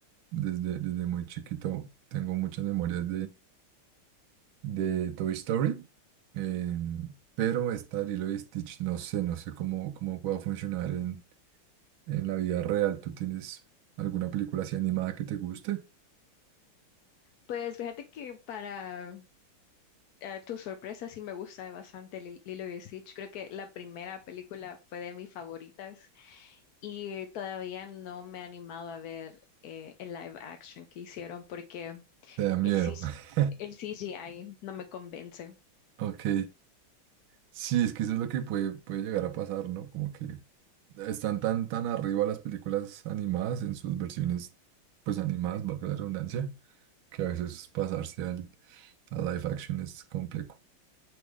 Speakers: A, on the right; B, on the left.
A: desde, desde muy chiquito tengo muchas memorias de Toy Story, em, pero esta Lilo y Stitch no sé, no sé cómo, cómo pueda funcionar en, en la vida real. ¿Tú tienes alguna película así animada que te guste?
B: Pues fíjate que para eh, tu sorpresa sí me gusta bastante Lil- Lilo y Stitch. Creo que la primera película fue de mis favoritas y todavía no me he animado a ver eh, el live action que hicieron porque
A: Te da miedo.
B: el, cis-
A: <laughs>
B: el CGI no me convence.
A: Ok. Sí, es que eso es lo que puede, puede llegar a pasar, ¿no? Como que están tan, tan arriba las películas animadas en sus versiones, pues animadas, bajo la redundancia, que a veces pasarse al, a live action es complejo.